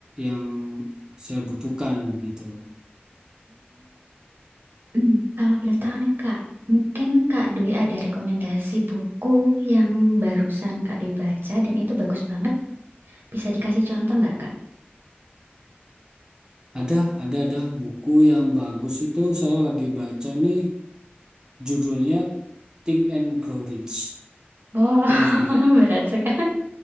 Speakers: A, on the right (about 15°); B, on the right (about 60°).
A: yang saya butuhkan gitu.
B: Hmm, Kalau boleh tahu nih Kak, mungkin Kak Dwi ada rekomendasi buku yang barusan Kak Dwi baca dan itu bagus banget. Bisa dikasih contoh nggak Kak?
A: Ada, ada, ada buku yang bagus itu saya lagi baca nih judulnya Think and Grow Rich
B: Oh,
A: penerbit
B: <laughs> berat sekali.